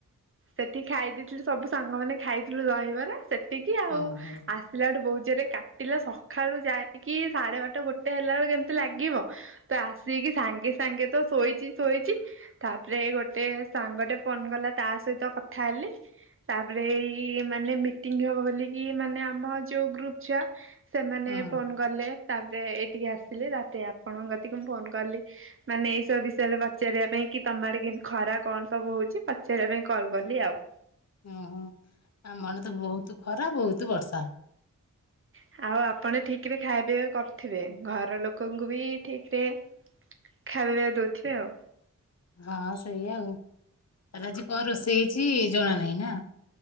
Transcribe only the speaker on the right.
ସେଠି ଖାଇ ଦେଇଥିଲି ସବୁ ସାଙ୍ଗମାନେ ଖାଇଥିଲୁ ଦ ହିବରା ସେ ସେତିକି ଆଉ
ଆସିଲାଠୁ ବୋଉତଜୋରେ କାଟିଲା ସକାଳୁ ଯାଇକି ସାଢେ ବାର ଟା ଗୋଟେ ହେଲା ବେଳକୁ କେମିତି ଲାଗିବ ତ ଆସିକି ସାଙ୍ଗେ ସାଙ୍ଗେ ତ ଶୋଇଚି ଶୋଇଚି ତାପରେ ଗୋଟେ ସାଙ୍ଗଟେ ଫୋନ କଲା ତା ସଇତ କଥା ହେଲି। ତାପରେ ଏଇ ମାନେ ମିଟିଙ୍ଗ ହବ ବୋଲିକି ମାନେ ଆମ ଯୋଉ ଗ୍ରୁପ ଛୁଆ ସେମାନେ
ଫୋନ୍ ଗଲେ ତାପରେ ଏଇଠିକି ଆସିଲି ତା ଆପଣଙ୍କତିକ ମୁଁ ଫୋନ କଲି ମାନେ ଏ ସବୁ ବିଷୟ ରେ ପଚାରିବା ପାଇଁ କି ତମ ଆଡେ କେମତି ଖରା କଣ ସବୁ ହଉଛି ପଚାରିବା ପାଇଁ କଲ୍ କଲି ଆଉ।
ହଁ <inaudible> ଆଉ ଆପଣ ଠିକ୍ ରେ ଖାଇବା ପିଇବା କରିଥିବେ ଘର ଲୋକଙ୍କୁ ବି ଠିକ୍ ରେ ଖାଇବା ପିଇବା ଦଉଥିବେ ଆଉ।